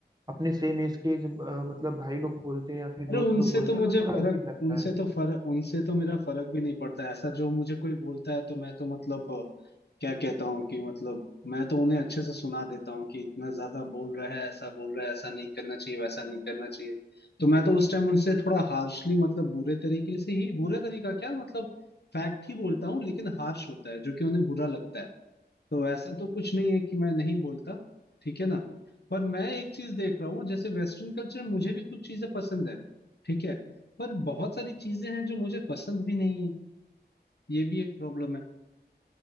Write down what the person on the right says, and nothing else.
अपने सेम एज के जब अ, मतलब भाई लोग बोलते हैं या फिर
दोस्त
लोग बोलते
हैं तो थोड़ा
अजीब लगता
है